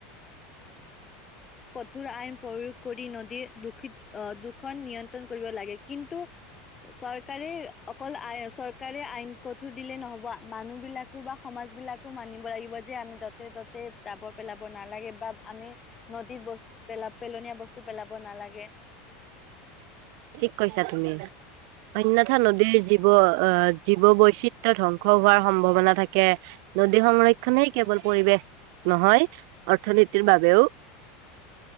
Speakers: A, on the left; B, on the right.
A: ঠুৰ আইন প্ৰয়োগ কৰি নদীয়ে দুখিত অ দুখ খন নিয়ন্ত্ৰণ কৰিব লাগে কিন্তু চৰকাৰে অকল আই চৰকাৰে আইন ক দিলে নহব মানুহ বিলাকো বা সমাজ বিলাকো মানিব লাগিব যে আমি তাতে তাতে যাব পেলাব নালাগে বা আমি নদীত বস্তু পেলাব পেলনীয়া বস্তু পেলাব নালাগে
B: ঠিক কৈছা তুমি অন্যথা নদীৰ জীৱ অহ জীৱ বৈচিত্ৰ্য ধ্বংস হোৱাৰ সম্ভাৱনা থাকে নদী সংৰক্ষনেই কেৱল পৰিৱেশ নহয় অৰ্থনীতিৰ বাবেও